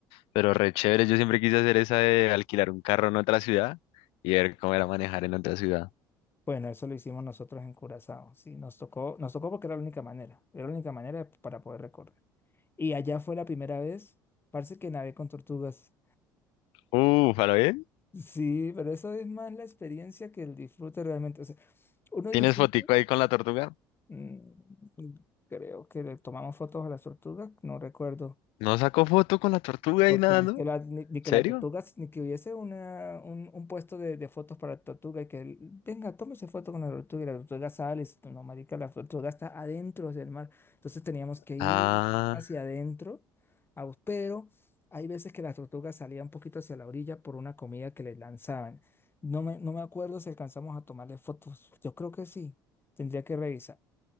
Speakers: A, on the left; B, on the left.
A: Pero re chévere, yo siempre quise hacer esa de alquilar un carro en otra ciudad y ver cómo era manejar en otra ciudad.
B: Bueno, eso lo hicimos nosotros en Curazao, sí, nos tocó, nos tocó porque era la única manera, era la única manera para poder recorrer. Y allá fue la primera vez, parece que nadé con tortugas.
A: Uf, ¿a lo bien?
B: Sí, pero eso es más la experiencia que el disfrute realmente. O sea, uno
A: ¿Tienes
B: disfruta,
A: fotico ahí con la tortuga?
B: mm, creo que le tomamos fotos a las tortugas, no recuerdo.
A: ¿No sacó foto con la tortuga
B: Porque
A: ahí nadando?
B: es que
A: ¿En
B: la, ni, ni que
A: ¿Serio?
B: la tortuga, ni que hubiese una, un, un puesto de, de fotos para la tortuga y que, él, venga, tómese foto con la tortuga y la tortuga sale, y dice, no, marica, la tortuga está adentro del mar. Entonces teníamos que ir
A: Ah,
B: hacia adentro, a bus- pero hay veces que la tortuga salía un poquito hacia la orilla por una comida que le lanzaban. No me, no me acuerdo si alcanzamos a tomarle fotos. Yo creo que sí, tendría que revisar.